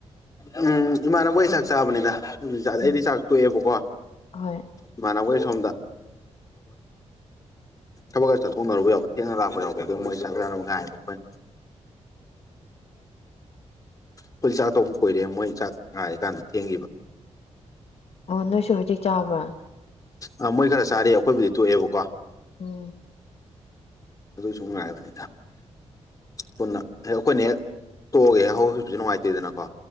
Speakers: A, on the left; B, on the left.
A: ꯎꯝ ꯏꯃꯥꯟꯅꯕ ꯍꯣꯢ ꯆꯥꯛ ꯆꯥꯕꯅꯤꯗ ꯑꯩꯕꯨꯗꯤ ꯆꯥꯗꯦ ꯑꯩꯗꯤ
B: ꯎꯝ
A: ꯆꯥꯛ ꯇꯣꯛꯑꯦꯕꯀꯣ
B: ꯍꯣꯏ
A: ꯏꯃꯥꯟꯅꯕ ꯍꯣꯢ ꯁꯣꯝꯗ ꯊꯕꯛ ꯈꯔ ꯆꯠꯊꯣꯛꯅꯔꯨꯕ ꯌꯥꯎꯕ ꯊꯦꯡꯅ ꯂꯥꯛꯄ ꯌꯥꯎꯕ ꯑꯗꯨ ꯃꯣꯏ ꯆꯥꯛ ꯆꯥꯅꯕ ꯉꯥꯏꯕ ꯑꯩꯈꯣꯏꯅ
B: <inaudible>
A: ꯈꯣꯏꯗꯤ ꯆꯥꯛ ꯇꯣꯜꯄ ꯀꯨꯏꯔꯦ ꯃꯣꯏ ꯆꯥꯛ ꯉꯥꯏꯔꯤꯀꯥꯟꯗ ꯊꯦꯡꯉꯤꯕ
B: ꯑꯣ ꯅꯣꯏꯁꯨ ꯍꯣꯖꯤꯛ ꯆꯥꯕ꯭ꯔꯥ
A: ꯑꯥ ꯃꯣꯏ ꯈꯔ ꯆꯥꯔꯤ ꯑꯈꯣꯏꯕꯨꯗꯤ ꯇꯣꯛꯑꯦꯕꯀꯣ
B: ꯑꯣ
A: ꯑꯗꯨ ꯁꯨꯨꯝ ꯉꯥꯏꯕꯅꯤꯗ ꯄꯨꯟꯅ ꯍꯦꯛ ꯑꯩꯈꯣꯏꯅ ꯍꯦꯛ ꯇꯣꯛꯑꯒꯦ ꯍꯦꯛ ꯍꯧꯒꯠꯈꯤꯕꯁꯨ ꯅꯨꯡꯉꯥꯏꯇꯦꯗꯅꯀꯣ